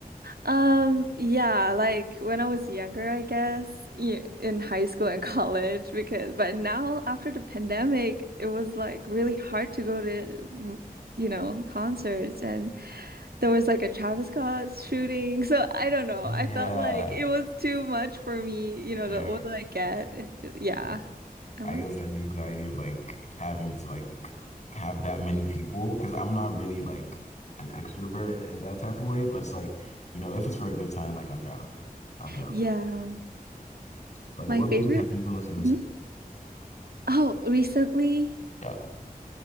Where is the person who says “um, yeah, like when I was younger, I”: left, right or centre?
Right